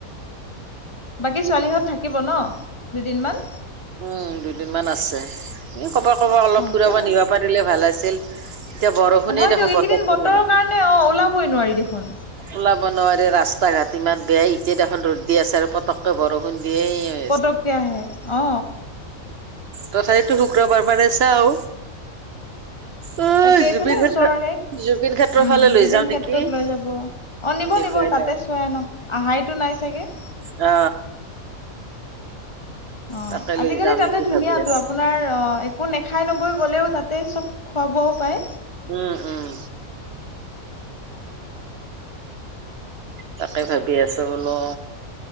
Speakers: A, on the left (about 25°); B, on the right (about 65°).
A: বাকী ছোৱালীহঁত থাকিব ন দুদিনমান
B: উম দুদিনমান আছে এ ক'বা কবা অলপ
A: হওক
B: ফুৰাব
A: দিয়ক আৰু
B: নিব পাৰিলে ভাল আছিল এতিয়া বৰষুণে
A: হয়
B: দেখোন
A: দিয়ক এইকেইদিন
B: বতৰটো
A: বতৰৰ
B: কেনে
A: কাৰণে অ ওলাবই নোৱাৰি দেখোন
B: ওলাব নোৱাৰি ৰাস্তা ঘাট ইমান বেয়াই এতিয়া দেখোন ৰ'দ দি আছে আৰু পতকে বৰষুণ দিয়েই।
A: পতককে আহে অ
B: তথাপিতো শুক্ৰবাৰ মানে চাও অ
A: তাকে
B: জুবিন
A: এইফালে ওচৰৰে
B: ক্ষেত্ৰ জুবিন ক্ষেত্ৰৰ
A: উম
B: ফালে লৈ
A: জুবিন
B: যাও নেকি
A: ক্ষেত্ৰত লৈ যাব অ নিব
B: দেখুৱাই
A: নিব
B: লৈ
A: তাতে চোৱাই ন আহাইতো নাই চাগে
B: অ
A: অ
B: তাকে
A: আজিকালি
B: লৈ যাও
A: তাতে
B: নেকি
A: ধুনীয়া
B: ভাবি আছো
A: ত আপোনাৰ আপোনাৰ একো নেখাই নবৈ গ'লেও তাতে চব খোৱা বোৱাও পায়।
B: উম উম তাকে ভাবি আছো বোলো